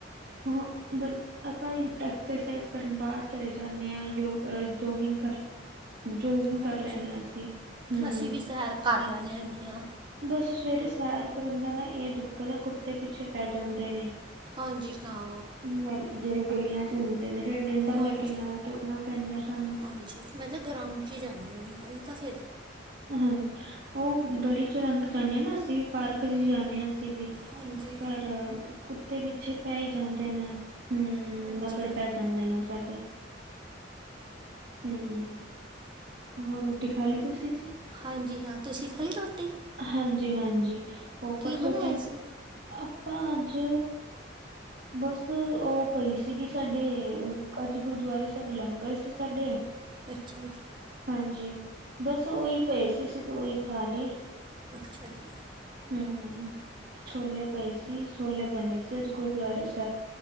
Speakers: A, on the right; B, on the right.
A: ਹਾਂ, ਬ ਆਪਾਂ ਐਕਸਰਸਾਈਜ਼, ਕਰਨ ਬਾਹਰ ਚਲੇ ਜਾਂਨੇ ਹਾਂ ਯ ਜੋਗਿੰਗ ਕਰ ਲੈ ਜੋਗਿੰਗ ਕਰ
B: ਹਾਂਜੀ
A: ਲੈਂਦੇ ਹਾਂ, ਅਸੀਂ ਹਮ
B: ਅਸੀਂ ਵੀ ਸੈਰ ਕਰ ਲੈਨੇ ਹੁੰਨੇ ਹਾਂ।
A: ਬਸ ਸਵੇਰੇ ਸੈਰ ਕਰਨ ਜਾਂਦੇ ਹਾਂ, ਇਹ ਦੁੱਖ ਦਾ ਕੁੱਤੇ ਪਿੱਛੇ ਪੈ ਜਾਂਦੇ ਨੇ।
B: ਹਾਂਜੀ, ਹਾਂ।
A: ਮ ਜਿਹੜੇ ਗਲੀਆਂ ਚ ਹੁੰਦੇ ਨੇ, ਫਿਰ ਡੰਡਾ ਲੈਕੇ
B: ਹਾਂਜੀ
A: ਨਾਲ, ਤੁਰਨਾ ਪੈਂਦਾ ਸਾਨੂੰ।
B: ਹਾਂਜੀ ਮੈਂ ਤਾਂ ਗਰਾਾਊਂਡ ਚ ਹੀ ਜਾਂਦੀ ਹੁੰਨੀ, ਹਾਂ ਤਾਂ ਤਾਂ ਫਿਰ।
A: ਹਾਂਜੀ ਉਹ ਗਲੀ ਚੋਂ ਲੰਘ ਕੇ ਜਾਂਨੇ ਹਾਂ ਨਾ, ਅਸੀਂ ਵੀ ਪਾਰਕ ਚ ਜਾਂਨੇ ਹਾਂ ਅਸੀਂ ਵੀ।
B: ਹਾਂਜੀ
A: ਪਰ ਕੁੱਤੇ ਪਿੱਛੇ ਪੈ ਹੀ ਜਾਂਦੇ, ਨੇ ਹੂੰ
B: ਹਾਂਜੀ
A: ਮਗਰ ਪੈ। ਚੰਦੇ ਨੂੰ ਸਾਡੇ, ਹੂੰ, ਹੋਰ ਰੋਟੀ ਖਾ ਲਈ ਤੁਸੀਂ?
B: ਹਾਂਜੀ ਹਾਂ, ਤੁਸੀਂ ਖਾਲੀ ਰੋਟੀ?
A: ਹਾਂਜੀ, ਹਾਂਜੀ ਉਹ
B: ਕੀ
A: ਪਰਸੋਂ
B: ਬਣਾਇਆ
A: ਤੇ
B: ਸੀ
A: ਆਪਾਂ ਅੱਜ ਬਸ ਉਹ ਪਈ ਸੀਗੀ, ਸਾਡੇ ਅੱਜ ਗੁਰਦੁਆਰੇ ਸਾਹਿਬ ਲੰਗਰ ਸੀ। ਛੱਡਿਆ,
B: ਅੱਛਾ ਜੀ,
A: ਹਾਂਜੀ, ਬਸ ਉਹੀ ਪਏ ਸੀ, ਅਸੀਂ ਤਾਂ ਉਹੀ ਖਾ ਲਈ।
B: ਅੱਛਾ ਜੀ,
A: ਹੂੰ-ਹੂੰ ਛੋਲੇ ਪਏ ਸੀ, ਛੋਲੇ ਬਣੇ ਸੀ ਗੁਰੂਦੁਆਰੇ,